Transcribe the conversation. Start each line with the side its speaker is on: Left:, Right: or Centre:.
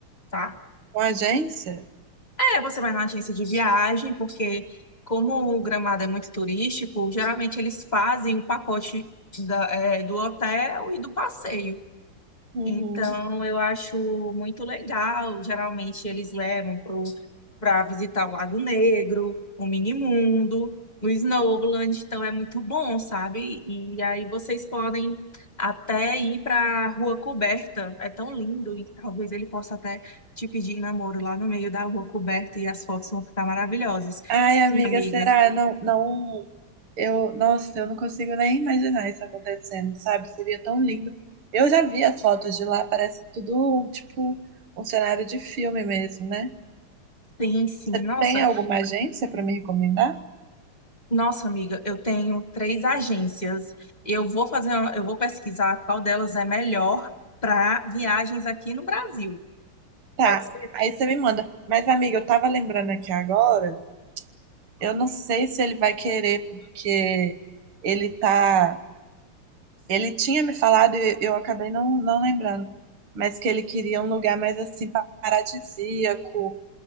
Left: tá?
Right: com a agência.
Left: É, você vai na agência de viagem, porque como o Gramado é muito turístico, geralmente eles fazem o pacote da- é, do hotel e do passeio.
Right: Uhum.
Left: Então, eu acho muito legal. Geralmente, eles levam pro para visitar o Lago Negro, o Minimundo, o Snowland. Então, é muito bom, sabe? E aí, vocês podem até ir para a Rua Coberta. É tão lindo. E talvez ele possa até te pedir em namoro lá no meio da Rua Coberta. E as fotos vão ficar maravilhosas.
Right: Ai,
Left: Sim,
Right: amiga,
Left: amiga.
Right: será? Não, não, eu, nossa, eu não consigo nem imaginar isso acontecendo, sabe? Seria tão lindo. Eu já vi as fotos de lá, parece tudo um, tipo um cenário de filme mesmo, né?
Left: Sim, sim.
Right: Você
Left: Nossa.
Right: tem alguma agência para me recomendar?
Left: Nossa, amiga, eu tenho três agências. Eu vou fazer, uma- eu vou pesquisar qual delas é melhor para viagens aqui no Brasil.
Right: Tá.
Left: Pode ser?
Right: Aí você me manda. Mas, amiga, eu tava lembrando aqui agora, eu não sei se ele vai querer, porque ele tá. Ele tinha me falado e eu acabei não, não lembrando, mas que ele queria um lugar mais assim paradisíaco